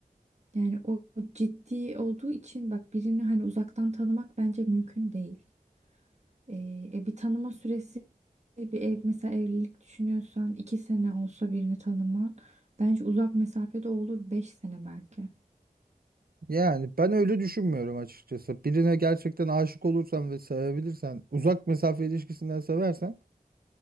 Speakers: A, on the right; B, on the right.
A: yani o o ciddi olduğu için bak birini hani uzaktan tanımak bence mümkün değil Ee, e, bir tanıma süresi bir ev, mesela evlilik düşünüyorsan iki sene olsa birini tanıman bence uzak mesafede olur beş sene belki.
B: Yani ben öyle düşünmüyorum açıkçası. Birine gerçekten aşık olursan ve sevebilirsen, uzak mesafe ilişkisinden seversen